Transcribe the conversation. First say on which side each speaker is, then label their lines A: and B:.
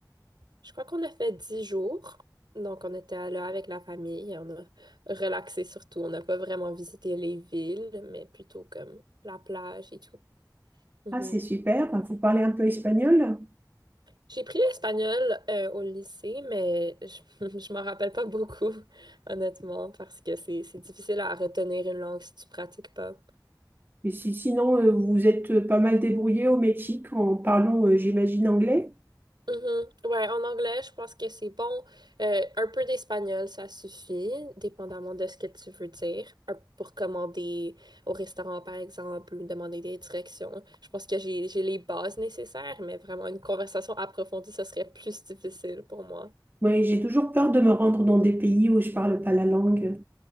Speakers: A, on the right; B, on the right.
A: Je crois qu'on a fait dix jours. Donc, on était là avec la famille, on a relaxé surtout. On n'a pas vraiment visité les villes, mais plutôt comme la plage et tout. Mhm.
B: Ah, c'est super, Enfin, vous parlez un peu espagnol?
A: J'ai pris l'espagnol euh, au lycée, mais je, <laughs> je m'en rappelle pas beaucoup, honnêtement, parce que c'est c'est difficile à retenir une langue si tu pratiques pas.
B: Et si, sinon, euh, vous êtes pas mal débrouillé au Mexique en parlant, euh, j'imagine, anglais?
A: Mhm. Ouais, en anglais, je pense que c'est bon. Euh, un peu d'espagnol, ça suffit, dépendamment de ce que tu veux dire. Un- Pour commander au restaurant, par exemple, ou demander des directions. Je pense que j'ai j'ai les bases nécessaires, mais vraiment une conversation approfondie, ce serait plus difficile pour moi.
B: Oui, j'ai toujours peur de me rendre dans des pays où je parle pas la langue.